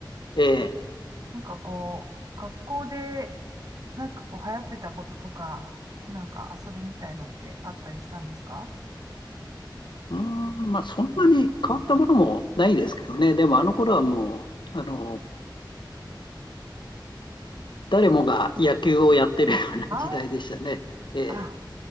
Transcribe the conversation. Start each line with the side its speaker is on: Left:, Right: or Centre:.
Left: ええ。
Right: なんかこう、学校で、なんかこう流行ってたこととか、なんか遊びみたいのってあったりしたんですか
Left: うーん、まあ、そんなに変わったものもないですけどね。でも、あの頃はもう、あの、誰もが野球をやってるような時代でしたね。
Right: あ
Left: ええ。
Right: あー、あ、